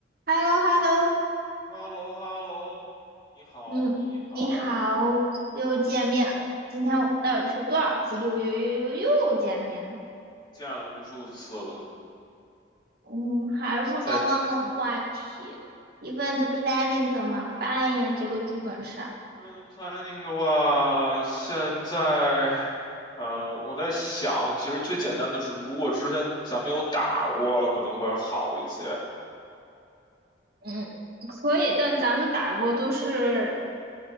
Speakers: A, on the right (about 55°); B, on the left (about 25°).
A: h e l l o h e l l o
B: h e l l o h e l l o 你好，
A: 嗯，
B: 你好，
A: 你好，又见面了。今天我们到底是多少次又又又又又见面？
B: 见了无数次了。
A: 嗯，还是刚刚的话题，event
B: 在
A: planning 怎么办呀？这个剧本上，
B: 嗯 planning 的话，现在呃，我在想，其实最简单的是，如果之前咱们有打过，可能会好一些。
A: 嗯，可以，但咱们打过都是，